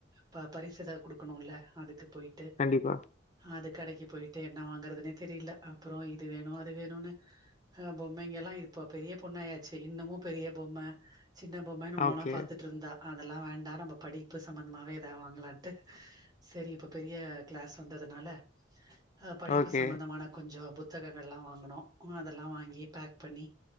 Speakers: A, on the right; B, on the left.
A: ப பரிசு எதா குடுக்கணுல்ல அதுக்கு போயி ட்டு
B: கண்டிப்பா
A: அது கடைக்கு போயிட்டு எ என்ன வாங்கறதுனே தெரியல அப்புறொ இது வேணு அது வேணுன்னு அ பொம்மைங்க எல்லா இப்ப பெரிய பொண்ணாயாச்சு இன்னமு பெரிய பொம்ம சின்ன பொம்மன்னு ஒன்னொன்னா
B: ஓகே
A: பாத்துட் இருந்தா அதெல்லா வேண்டா நம்ம படிப்பு சம்மந்தமாவே எதாவ் வாங்கலான்ட்டு சரி இப்ப பெரிய க்ளாஸ் வந்ததுனால அ படிப்பு
B: ஓகே.
A: சம்மந்தமான கொஞ்சொ புத் புத்தகங்கள்லா வாங்கனோ அதெல்லாம் வாங்கி பேக் பண்ணி